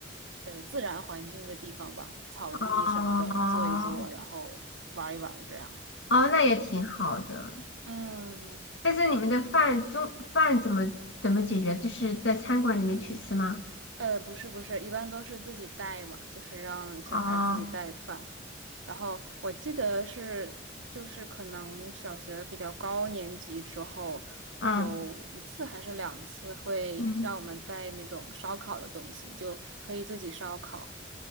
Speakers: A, on the right; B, on the left.
A: 呃自然环境的地方吧，草地什么的坐一坐，
B: 哦
A: 然后玩一玩这样。
B: 哦，那也挺好的。
A: 嗯，
B: 但是你们的饭中饭怎么怎么解决？就是在餐馆里面去吃吗？
A: 呃，不是不是，一般都是自己带嘛，就是让小孩自己带饭。
B: 哦，
A: 然后我记得是，就是可能小学比较高年级之后，
B: 嗯
A: 有一次还是两次会让我们带那种烧烤的东西，
B: 嗯，
A: 就可以自己烧烤。